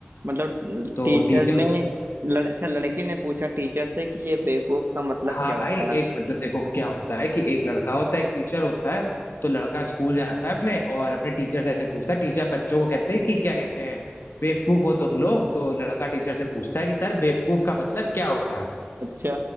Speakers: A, on the right (about 70°); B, on the left (about 85°).
A: मतलब
B: तो
A: टीचर
B: टीचर
A: ने
B: उस
A: लड़, अच्छा लड़की ने पूछा टीचर से कि ये बेवकूफ का मतलब
B: हाँ
A: क्या होता
B: भाई
A: है
B: एक मतलब देखो क्या होता है कि एक लड़का होता है एक टीचर होता है तो लड़का स्कूल जाता है अपने और अपने टीचर से ऐसे पूछता है टीचर बच्चों को कहते हैं कि क्या कहते हैं बेवकूफ हो तुम लोग तो लड़का टीचर से पूछता है कि सर बेवकूफ का मतलब क्या होता है
A: अच्छा